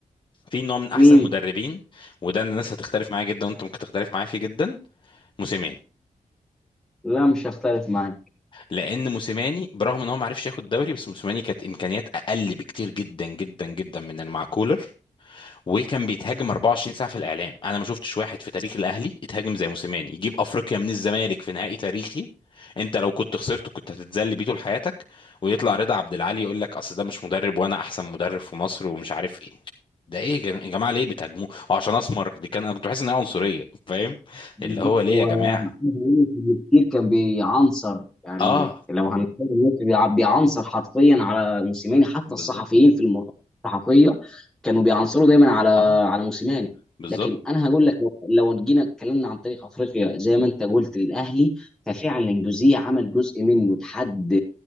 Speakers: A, on the left; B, in the centre.
A: فيه ان هو من احسن
B: مين
A: مدربين وده الناس هتختلف معايا جدا وانت ممكن تختلف معايا فيه جدا موسيماني
B: لا مش هختلف معاك
A: لان موسيماني برغم ان هو ما عرفش ياخد دوري بس موسيماني كانت امكانيات اقل بكتير جدا جدا جدا من المعكولر وكان بيتهاجم 24 ساعه في الاعلام انا ما شفتش واحد في تاريخ الاهلي يتهاجم زي موسيماني يجيب افريقيا من الزمالك في نهائي تاريخي انت لو كنت خسرته كنت هتتذل بيه طول حياتك ويطلع رضا عبد العال يقول لك اصل ده مش مدرب وانا احسن مدرب في مصر ومش عارف ايه ده ايه يا جن- يا جماعه ليه بتهاجموه هو عشان اسمر دي كان انا كنت بحس ان هي عنصريه فاهم
B: بالظبط.
A: اللي هو ليه
B: هو
A: يا جماعه
B: عايز اقول لك انه كتير كان بيعنصر يعني
A: اه
B: لو هنتكلم دلوقتي بيع- بيعنصر حرفيا على موسيماني حتى
A: بالظبط
B: الصحفيين في المؤتمرات الصحفيه كانوا بيعنصروا دايما على
A: اه
B: على موسيماني
A: بالظبط
B: لكن انا هقول لك لو لو جينا اتكلمنا عن تاريخ افريقيا زي ما انت قلت للاهلي ففعلا جوزيه عمل جزء منه لحد